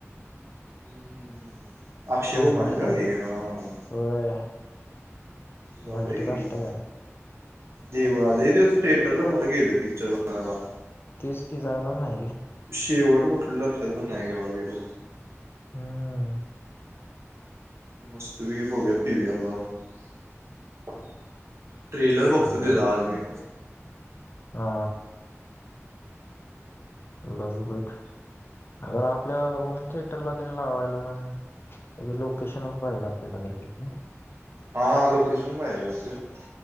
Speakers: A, on the right; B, on the left.
A: हम्म अक्षय
B: कॉमेडीच
A: कुमारची होय
B: आहे
A: नी हां
B: होय
A: जाऊया
B: मल्टीकास्ट
A: की
B: आहे काय
A: देवा लैई दिवस थे टरला कुठे गेलोय पिक्चर बघायला
B: तेच की जायलाच नाही रे
A: शेवट कुठलं लक्षात पण नाही कवा गेलं
B: हम्म
A: मस्तपैकी बघूया पीव्हीआरला जाऊन ट्रेलर बघतो
B: काय
A: तेचा आज मी
B: हा बघ बघ खरं आप आपल्या होम थिएटरला तेन लावायला म्हण म्हणजे लोकेशनपण पाहिजे आपल्याला जर ते
A: हा लोकेशन पाहिजे रे तसं